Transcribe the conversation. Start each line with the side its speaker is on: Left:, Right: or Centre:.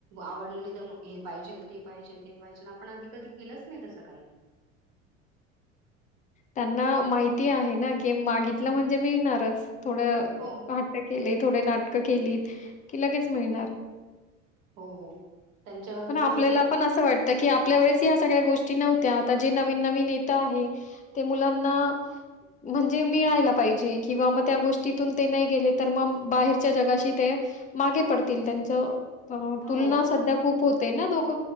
Right: आवडलं नाही तर हे पाहिजे ते पाहि ते पाहिजे ते पाहिजे आपण आधी कधी केलंच नाही तसं काही
Left: त्यांना माहिती आहे ना की मागितलं म्हणजे मीळणारच थोड
Right: हो
Left: हट्ट केले थोडे नाटकं केलीत की लगेच मिळणार
Right: हो त्यांच्यावरती
Left: <inaudible> पण आपल्याला
Right: तसं ते
Left: पण असं वाटत की आपल्या वेळेस ही असं सगळ्या गोष्टी नव्हत्या आता जे नवीन नवीन येत आहे ते मुलांना म्हणजे मिळायला पाहिजे किंवा मग त्या गोष्टीतून ते नाही गेले तर मग बाहेरच्या जगाशी ते मागे पडतील त्यांच
Right: हो
Left: तुलना सध्या खूप हो तेणा दोघ